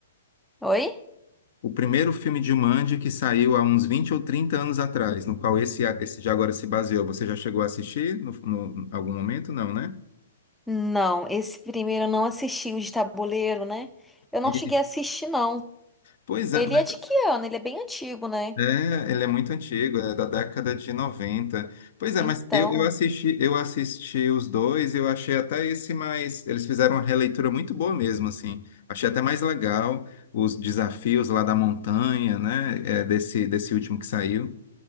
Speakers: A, in the centre; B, on the left.
A: Oi?
B: o primeiro filme de Jumanji que saiu há uns 20 ou 30 anos atrás, no qual esse, esse de agora se baseou. Você já chegou a assistir no, no- algum momento? Não, né?
A: Não, esse primeiro eu não assisti, o de tabuleiro, né? Eu não
B: E-
A: cheguei a assistir, não.
B: pois
A: Ele
B: é, mas
A: é de que ano? Ele é bem antigo, né?
B: é, ele é muito antigo, é da década de 90. Pois é,
A: Então,
B: mas eu, eu assisti, eu assisti os dois, eu achei até esse mais. Eles fizeram uma releitura muito boa mesmo, assim. Achei até mais legal os desafios lá da montanha, né? é, desse, desse último que saiu.